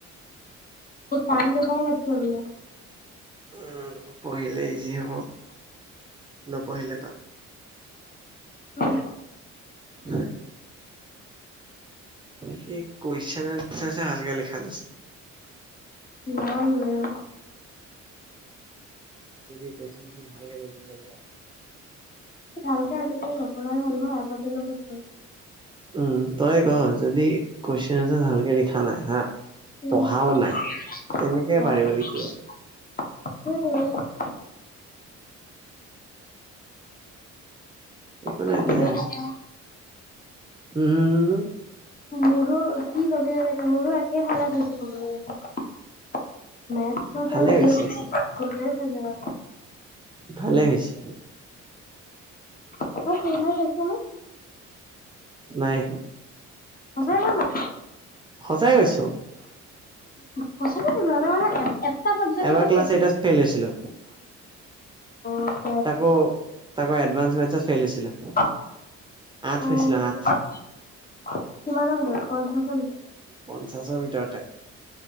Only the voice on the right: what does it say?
উম পঢ়িলে ইজি হ'ব, নপঢ়িলে তান।
<inaudible> সি কুৱেশন আঞ্চাৰ্চে ভালকে লিখা নাছিল।
যদি কোৱেশন <inaudible>
উম তই ক যদি কুৱেশন আঞ্চাৰ্চ ভালকে লিখা নাই হা
পঢ়াও নাই কেনেকে পাৰিব লিখিব? একো
নাই দে
আৰ, উম্ হম হম হম?
ভালে
হৈছে,
ভালে হৈছে।
নাই।
সঁচাই কৈছো।
এবাৰ ক্লাছ এইটত ফেইল হৈছিলো।
তাকো তাকো এডভাঞ্চ মেথচত ফেল হৈছিলো।
আঠ
পাইছিলো আঠ
পঞ্চাশৰ ভিতৰতে।